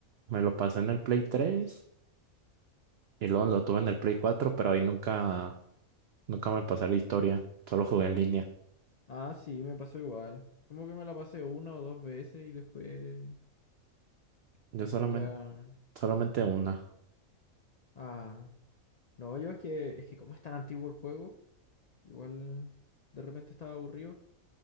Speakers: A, on the right (about 65°); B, on the left (about 80°).
A: me lo pasé en el Play tres y luego lo tuve en el Play cuatro, pero ahí nunca, nunca me pasé la historia, solo jugué en línea.
B: Ah, sí, me pasó igual. Como que me la pasé una o dos veces y después,
A: Yo
B: después
A: solamente,
B: ya.
A: solamente una.
B: Ah, no, yo es que, es que como es tan antiguo el juego, igual de repente estaba aburrido.